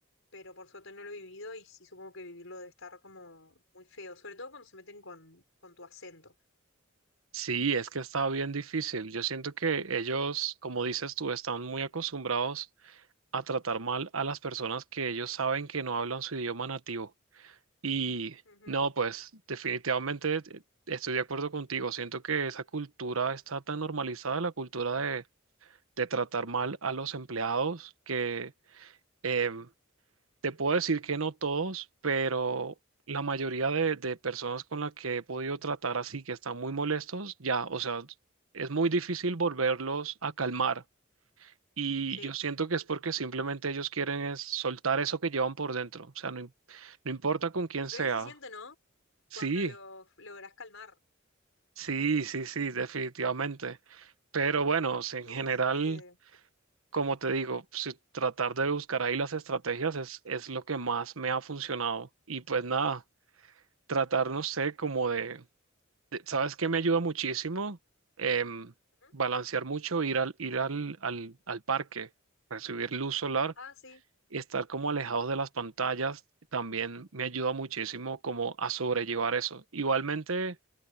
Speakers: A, on the left; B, on the right.
A: pero por suerte no lo he vivido y sí supongo que vivirlo debe estar como muy feo, sobre todo cuando se meten con, con tu acento.
B: Sí, es que está bien difícil. Yo siento que ellos, como dices tú, están muy acostumbrados a tratar mal a las personas que ellos saben que no hablan su idioma nativo. Y
A: Ujú,
B: no, pues definitivamente eh, estoy de acuerdo contigo. Siento que esa cultura está tan normalizada, la cultura de tratar mal a los empleados, que em, te puedo decir que no todos, pero la mayoría de, de personas con las que he podido tratar así, que están muy molestos, ya, o sea, es muy difícil volverlos a calmar. Y
A: Sí.
B: yo siento que es porque simplemente ellos quieren es soltar eso que llevan por dentro, o sea, no, im- no importa con quién
A: Aunque
B: sea.
A: bien se siente, ¿no?
B: Sí,
A: Cuando lo logras calmar.
B: sí, sí, sí, definitivamente. Pero bueno, o sea, en
A: Eso
B: general...
A: se siente.
B: como te digo, si- tratar de buscar ahí las estrategias es, es lo que más me ha funcionado. Y pues nada, tratar, no sé, como de, de- ¿sabes qué me ayuda muchísimo? Em,
A: ¿Mm?
B: balancear mucho, ir al, ir al, al, al parque, recibir luz solar,
A: Ah, sí,
B: estar como alejados de las pantallas, también me ayuda muchísimo como a sobrellevar eso. Igualmente,